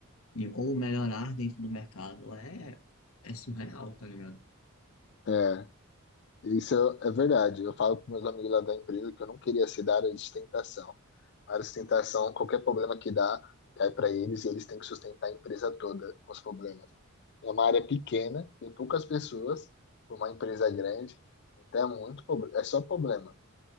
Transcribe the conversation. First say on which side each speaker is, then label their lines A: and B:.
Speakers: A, on the left (about 70°); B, on the left (about 50°).
A: e, ou melhorar dentro do mercado, é, é surreal, tá ligado?
B: é, isso é é verdade. Eu falo para meus amigos lá da empresa que eu não queria ser da área de sustentação. A área de sustentação, qualquer problema que dá, cai para eles e eles têm que sustentar a empresa toda com os problemas. É uma área pequena, tem poucas pessoas, uma empresa grande, então é muito, proble- é só problema